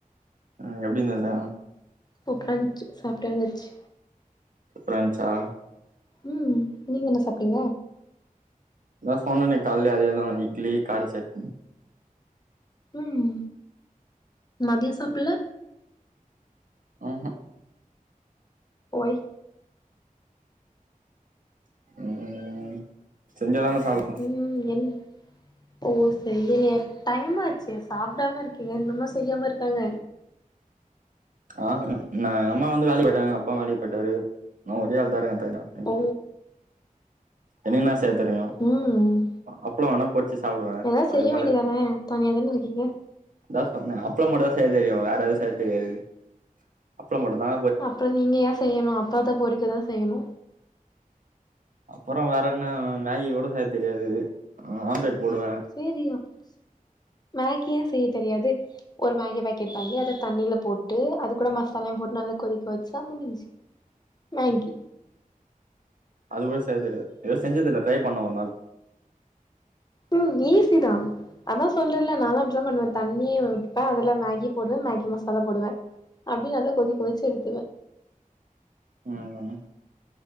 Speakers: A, on the right; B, on the left.
A: அ எப்டி இந்தது
B: சூப்ரச்சு சாப்ட்ட வச்சு
A: சுப்பரான்ச்சா
B: ம் நீங்க என்ன சாப்டிங்க
A: அதா சொன்னனே கால்லே அதேதா இட்லி காரா சட்னி
B: ம் மதியோ சாப்பல்ல
A: ம்ஹு
B: ஒய்
A: ம் செஞ்சாதான சாப்ட
B: ம் என் ஓ செய்யலையா டைமா ஆச்சு சாப்பிடாம இருக்கீங்க இன்னுமா செய்யாம இருக்காங்க
A: ஆஹூ நா எங்க அம்மா வந்து வேலக்கு போய்ட்டாங்க அப்பாவு வேலக்கு போய்ட்டாரு நா ஒரே ஆள் தாருக்கே தனியா வீட்ல
B: ஓ
A: எனக்கு எல்லா செய்ய தெரியு
B: ம்
A: அப்ளோ வேணா பொரிச்சு சாப்புடுவே
B: எதா
A: அதுக்கு
B: செய்ய
A: மேல
B: வேண்டியதானே தனியா தான இருக்கீங்க
A: அதா சொன்னேன் அப்ள மட்டு தா செய்ய தெரியு வேற எதும் செய்ய தெரியாது அப்ள மட்டு தா
B: அப்புறோ நீங்க ஏ செய்யணு அப்பளத்த பொரிக்க தா செய்யணு
A: அப்பற வேற என்ன மேகிகூட செய்ய தெரியாதுது ஆம்லெட் போடுவே
B: சரியா போச்சு மேகியே செய்ய தெரியாது ஒரு மேகி பேக்கெட் வாங்கி அத தண்ணியில போட்டு அது கூட மசாலாயு போட்டு நல்லா கொதிக் வச்சா முடிஞ்சு மேகி
A: அது கூட செய்ய தெரியாது எது செஞ்சது இல்ல ட்ரை பண்ணனு ஒரு நாலு
B: ம் ஈசி தா அதா சொல்றலே நாலா அப்டித்தா பண்ணுவே தண்ணிய வப்பெ அதுல மேகி போடுவே மேகி மசாலா போடுவே அப்டியே நல்லா கொதி கொதிச்சு எடுத்துவே
A: ம்ஹூம்